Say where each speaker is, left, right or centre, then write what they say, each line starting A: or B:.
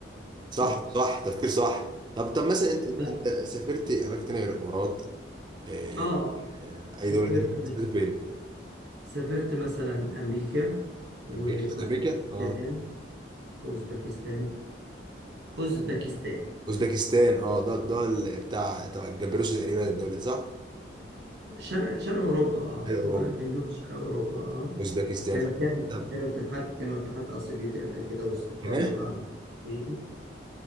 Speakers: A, on the right (about 25°); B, on the right (about 65°).
A: صح
B: اه
A: صح تفكير صح طب طب مثلا انت انت,
B: ف-
A: انت سافرت اماكن تانية غير الامارات إيه
B: اه
A: إيه اي
B: سافرت
A: دوله تانية سافرت فين
B: سافرت مثلا أمريكا وأوزبكستان
A: امريكا امريكا اه
B: أوزبكستان أوزبكستان
A: اوزبكستان اه ده ده ال- بتاع تبع الجبروسي تقريبا الدوله دي، صح؟
B: شرق شرق أوروبا اه
A: غير اوروبا
B: من دول شرق أوروبا اه
A: اوزبكستان
B: كانوا كانوا
A: طب
B: كانوا اتحاد كانوا اتحاد آه، سوفيتي قبل كده واستقلوا
A: هنا
B: بقى عن الاتحاد السوفيتي